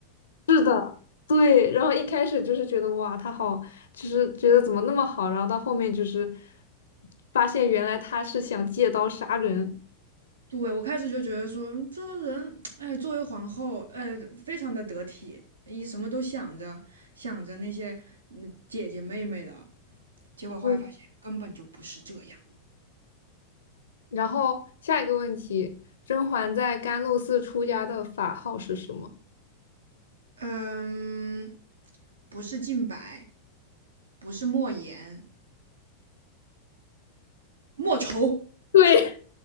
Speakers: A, on the left; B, on the right.
A: <laughs> 是的，对。然后一开始就是觉得哇，他好，就是觉得怎么那么好，然后到后面就是发现原来他是想借刀杀人。
B: 对我开始就觉得说嗯这个人，哎，作为皇后，哎，非常的得体，一什么都想着想着那些嗯姐姐妹妹的。结果后来发现根本就不是这样。
A: 嗯，然后下一个问题，甄嬛在甘露寺出家的法号是什么？
B: 嗯，不是靖白，不是莫言，莫愁。
A: 对